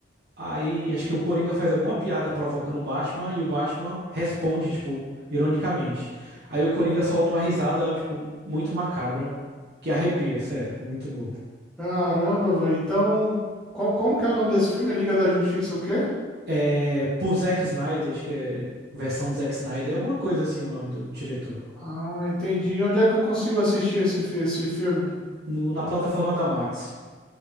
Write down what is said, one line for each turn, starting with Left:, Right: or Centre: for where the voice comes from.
Right: aí acho que o Coringa faz alguma piada provocando o Batman e o Batman responde, tipo, ironicamente. Aí o Coringa solta uma risada, tipo, muito macabra, que arrepia, sério, muito bom.
Centre: Caramba, velho, então, como, como que é o nome desse filme? Liga da Justiça o quê?
Right: É, por Zack Snyder, acho que é versão Zack Snyder, é alguma coisa assim o nome do diretor.
Centre: Ah, entendi. Onde é que eu consigo assistir esse, fi- esse filme?
Right: No- na plataforma da Max.